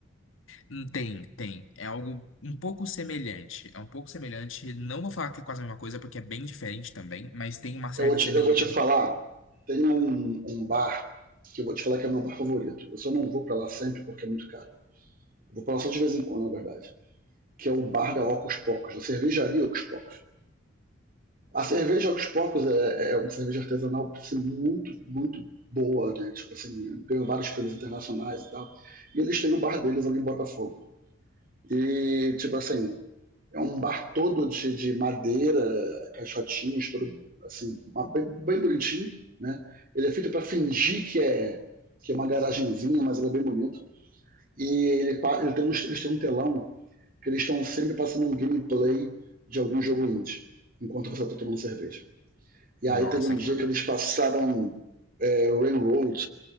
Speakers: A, on the left; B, on the right.
A: hum, Tem, tem. É algo um pouco semelhante. É um pouco semelhante. Não vou falar que é quase a mesma coisa, porque é bem diferente também, mas tem uma certa
B: Eu vou te,
A: semelhança.
B: eu vou te falar, tem um, um bar que eu vou te falar que é o meu bar favorito. Eu só não vou pra lá sempre porque é muito caro. Eu vou pra lá só de vez em quando, na verdade. Que é o bar da Ocos Pocos, da cervejaria Ocos Pocos. A cerveja aos poucos é, é uma cerveja artesanal assim, muito, muito boa, né? Tipo assim, ganhou vários prêmios internacionais e tal. E eles têm o bar deles ali em Botafogo. E, tipo assim, é um bar todo de, de madeira, caixotinhos, todo assim, uma, bem, bem, bonitinho, né? Ele é feito para fingir que é que é uma garagenzinha, mas ele é bem bonito. E ele, pa- ele tem um, eles têm um telão que eles estão sempre passando um gameplay de algum jogo indie, enquanto você está tomando cerveja. E
A: Nossa,
B: aí teve um dia
A: que da
B: que
A: hora.
B: eles passaram é, Railroad